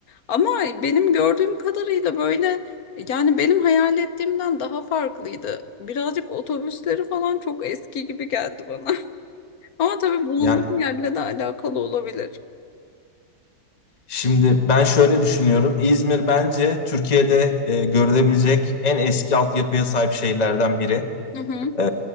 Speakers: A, on the left; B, on the left.
A: Ama benim gördüğüm kadarıyla böyle yani benim hayal ettiğimden daha farklıydı. Birazcık otobüsleri falan çok eski gibi geldi bana. <laughs> Ama tabii bulunduğum
B: Yani
A: yerle de alakalı olabilir.
B: şimdi ben şöyle düşünüyorum. İzmir bence Türkiye'de e, görülebilecek en eski altyapıya sahip şehirlerden biri.
A: Hı hı.
B: E,